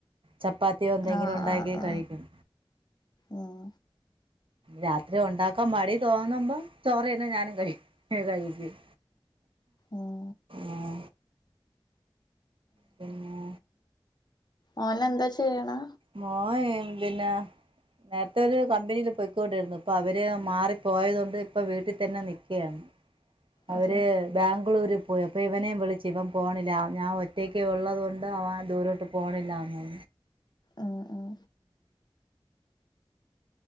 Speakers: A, on the right; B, on the left.
A: ചപ്പാത്തിയോ എന്തെങ്കിലും
B: ആഹ്
A: ഉണ്ടാക്കി
B: ആഹ് ആഹ്
A: കഴിക്കും
B: ഉം
A: രാത്രി ഉണ്ടാക്കാം മടി തോന്നുമ്പോ ചോറന്നെ ഞാനും കഴിക്ക് ന്നെ കഴിക്കും
B: ഉം
A: ആഹ് പിന്നെ
B: ഓനന്താ ചെയ്യ്ണ്
A: മോൻ പിന്നെ നേര്ത്തെ ഒരു കമ്പിനിയില് പൊയ്ക്കോണ്ടിരുന്നു ഇപ്പൊ അവര് മാറി പോയതോണ്ട് ഇപ്പ വീട്ടിത്തന്നെ നിക്ക്യയാണ് അവര്
B: അതെ
A: ബാംഗ്ലൂര് പോയി അപ്പൊ ഇവനെ വിളിച്ചി ഇവൻ പോണില്ല ഞാൻ ഒറ്റയ്ക്ക് ഉള്ളത് കൊണ്ട് അവൻ ദൂരോട്ട് പോണില്ലാന്ന്
B: ഉം ഉം